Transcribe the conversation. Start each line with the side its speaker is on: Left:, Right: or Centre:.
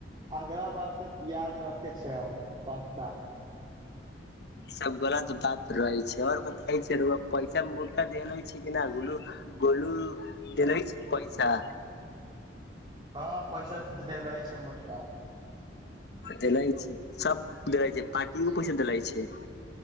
Right: अगला बार से याद रखे छै पक्का।
Left: ई सभ गलत बात रहे छै और बताय छै रऊआ पैसा मुटका देल अछि कि ने गोलू गोलू देने अछि पैसा।
Right: हैं पैसा देल अछि मोटका।
Left: देल अछि सभ देल अछि पार्टीयो के पैसा देल अछि।